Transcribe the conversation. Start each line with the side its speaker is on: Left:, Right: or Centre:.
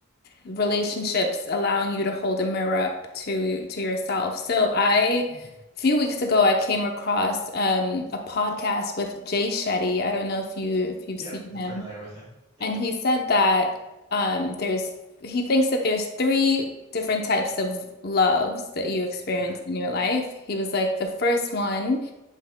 Left: relationships allowing you to hold a mirror up to to yourself. So I, a
Right: mm.
Left: few weeks ago, I came across um, a podcast with Jay Shetty. I don't know if you if you've
Right: Yep,
Left: seen
Right: I'm
Left: him.
Right: familiar with him. Yep.
Left: And he said that um, there's he thinks that there's three different types of loves that you experience
Right: Right.
Left: in your life. He was like, the first one